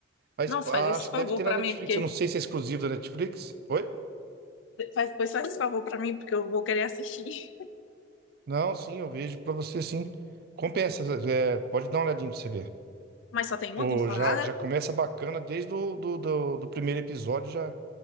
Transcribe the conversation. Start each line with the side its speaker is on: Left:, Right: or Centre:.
Right: A
Left: Nossa,
Right: Sp-
Left: faz
Right: ah,
Left: esse
Right: acho
Left: favor
Right: que deve ter
Left: pra
Right: na Netflix,
Left: mim, porque.
Right: eu não sei se é exclusivo da Netflix. Oi?
Left: Faz, depois faz esse favor pra mim, porque eu vou querer assistir. <laughs>
Right: Não, sim, eu vejo pra você sim. Compensa, é, pode dar uma olhadinha pra você ver.
Left: Mas só tem uma
Right: Pô,
Left: temporada?
Right: já, já começa bacana desde o do, do, do primeiro episódio, já,